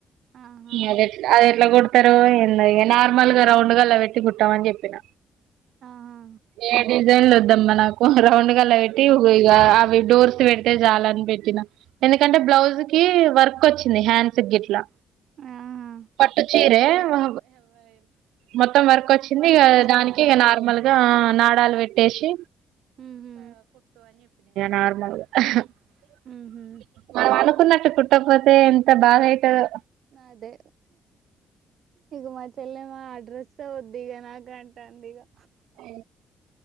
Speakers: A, on the right; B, on the right.
A: ఆహా
B: ఇగా అదేట్లా అదే ఏట్లా కుడతారు ఎందో ఇగా నార్మల్ గా రౌండ్ గళ్ళా పెట్టి కుట్టామని చెప్పిన
A: ఆహా
B: ఏ డిజైన్లు వద్దమ్మ నాకు ఓహ్ రౌండ్ కి గల్లా బట్టి <unintelligible> ఇగా డోర్స్ పెడితే చాలు అని పెట్టినా ఎందుకు అంటే బ్లౌజ్ కి వర్క్ వచ్చింది. హాండ్స్ గిట్లా
A: ఆహా
B: పట్టుచీరే <unintelligible> మొ మొత్తం వర్క్ వచ్చింది.
A: వర్క్
B: ఇగ
A: వచ్చిందా
B: దానికే ఇగా నార్మల్ ఇగా నాడాలు పెట్టేసి
A: ఉహు
B: నార్మల్గా <unintelligible>
A: ఉహు
B: అనుకున్నట్టు కుట్టకపోతే ఎంత బాధయితాదో
A: అదే ఇగ మా చెల్లెమె అడ్రెస్ వద్దు ఇగా నాకు అంటాంది ఇగా
B: అ